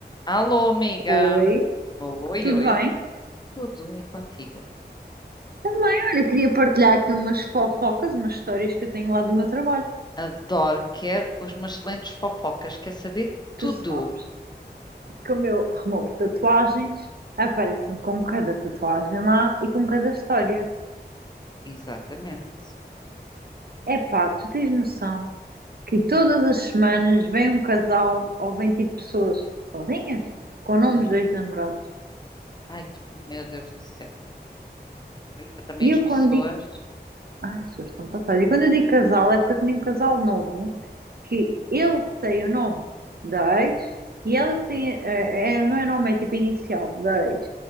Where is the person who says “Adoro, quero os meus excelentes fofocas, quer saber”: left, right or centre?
Left